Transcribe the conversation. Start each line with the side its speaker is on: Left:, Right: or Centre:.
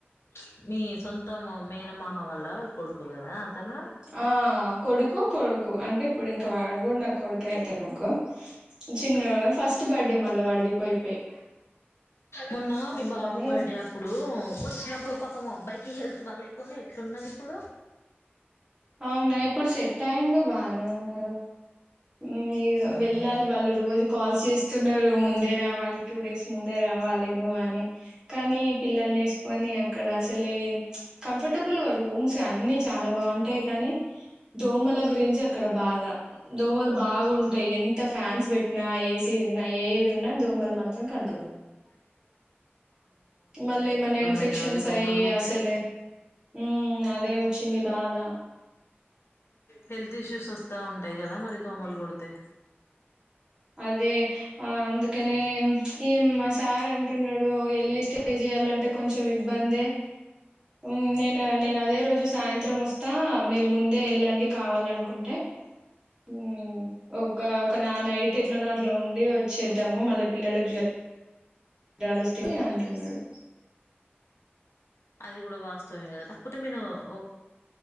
Left: ప్చ్ మీ సొంతం మేనమామ వల్ల కొడుకు గదా తను
Right: ఆ కొడుకు కొడుకు అంటే ఇప్పుడు ఇంకా వాడు కూడా నాకు కొడుకే అయితాడు అనుకో చిన్నోడు ఫస్ట్ బర్త్డే మళ్ళా వాడిది పోయి పోయి
Left: మొన్న
Right: అందుకని
Left: మి బాబ్ బు బర్డే అప్పుడు వొచ్చినప్పుడు పాపం మా అబ్బాయికి హెల్తు బాలేకుండె ఎట్లున్నది ఇప్పుడు
Right: అవునా ఇప్పుడు సెట్ అయిండు బానే ఉన్నడు ఉమ్ ఇగ
Left: ఆహా
Right: వెళ్ళాలి వాళ్ళు రోజు కాల్స్ చెస్ స్తున్నారు ముందే రావాలి టూ డేస్ ముందే రావాలి నువ్వు అని కానీ పిల్లలు ఎసుకొని నీ అక్కడ అసలే ప్చ్ కంఫర్టబుల్గా రూమ్స్ అన్ని చాలా బాగుంటాయి కానీ దోమల గురించి అక్కడ బాధ దోమలు బాగుంటాయి ఎంత ఫ్యాన్స్ పెట్టినా ఏసీ ఉన్నా ఏది ఉన్నా దోమలు మాత్రం కన్ఫ
Left: ను బాడుకోవాల
Right: మళ్ళీ ఏమన్నా ఇన్ఫెక్షన్స్
Left: అయితది అవి దోమలు
Right: అయ్యి
Left: కుడితే
Right: అసలే ఊ అదే వచ్చింది బాద
Left: హెల్త్ ఇష్యూస్ వొస్తా ఉంటాయి గదా మరి దోమలు కుడితే
Right: అదే ఆ అందుకనే ప్చ్ ఏం మా సార్ అంటున్నడు ఎళ్ళి స్టే చేయాలంటే కొంచెం ఇబ్బందే ఉమ్ నేను నేను అదే రోజు సాయంత్రం వొస్తా మీరు ముందే ఎళ్ళండి కావాలనుకు కుంటే ఊ ఒక ఒక నా నైట్ అట్ల ఉండి వొచ్చేద్దాము మళ్ళీ పిల్లలకు జ్వ రాలోస్తి ది అంటున్నడు
Left: అది గుడా వాస్తవమే గద క కోతే మీను ఒక్